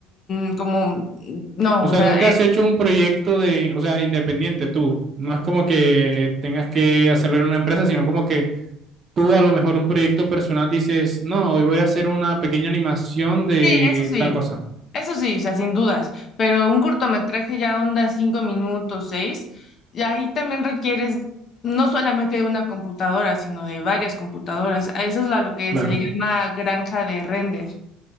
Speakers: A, on the left; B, on the right.
A: mm, como mm, no,
B: O
A: o
B: sea,
A: sea,
B: nunca has hecho un proyecto de, o sea, independiente tú. No es como que tengas que hacerlo en una empresa, sino como que tú a lo mejor un proyecto personal dices, no, hoy voy a hacer una pequeña animación de
A: Sí, eso sí,
B: tal cosa.
A: eso sí, o sea, sin dudas, pero un cortometraje ya onda cinco minutos, seis, y ahí también requieres no solamente de una computadora, sino de varias computadoras. A Eso es a lo que
B: Claro,
A: se le llama granja de render.